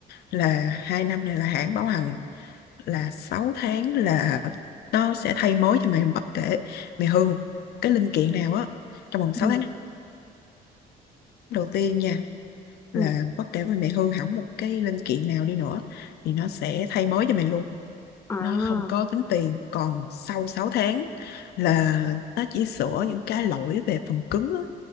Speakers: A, on the left; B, on the left.
A: là hai năm này là hãng bảo hành là 6 tháng là nó sẽ thay mới cho mày bất kể mày hư một cái linh kiện nào á trong vòng sáu
B: ừ
A: tháng đầu tiên nha là
B: ừ
A: bất kể mà mày hư hỏng một cái linh kiện nào đi nữa thì nó sẽ thay mới cho mày luôn
B: à
A: nó không có tính tiền còn sau 6 tháng là nó chỉ sửa những cái lỗi về phần cứng á.